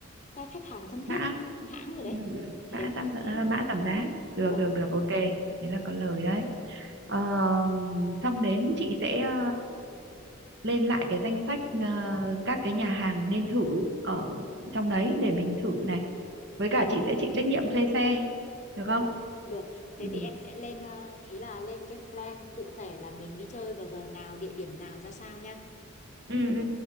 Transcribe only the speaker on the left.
cái khách hàng thân thiết
hãng rồi đấy
thì
đẹp
cho
dễ
vâng
vâng
vâng
được thế
thì em sẽ lên ờ, ý là lên cái plan cụ thể là mình đi chơi vào giờ nào địa điểm nào ra sao nha